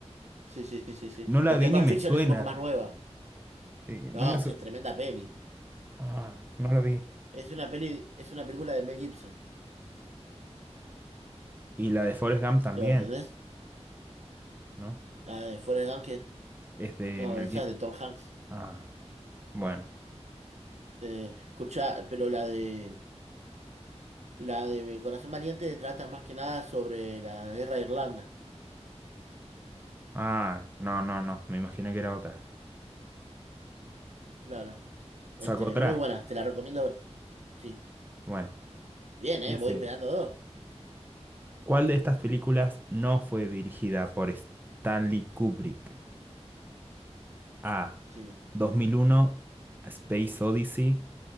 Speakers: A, on the right; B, on the right.
A: Sí, sí, sí, sí, sí.
B: No
A: Porque
B: la vi
A: Pulp
B: ni me
A: Fiction
B: suena.
A: es un poco más nueva.
B: Sí, no
A: No,
B: me su-
A: sí, es tremenda peli.
B: Ah, no la vi.
A: Es una peli, es una película de Mel Gibson.
B: Y la de Forrest Gump también,
A: ¿Lo entendés?
B: ¿no?
A: La de Forrest Gump, que-
B: Es de
A: no,
B: Mel
A: esa
B: Gibson.
A: es de Tom Hanks.
B: Ah, bueno.
A: Eh, escuchá, pero la de la de Corazón Valiente trata más que nada sobre la guerra de Irlanda.
B: Ah, no, no, no. Me imaginé que era otra.
A: Claro. Este,
B: Sacó otra.
A: muy buena, te la recomiendo ver. Sí.
B: Bueno.
A: Bien, ¿eh?
B: Dice.
A: Voy pegando dos.
B: ¿Cuál de estas películas no fue dirigida por Stanley Kubrick? A.
A: Sí,
B: 2001, A Space Odyssey.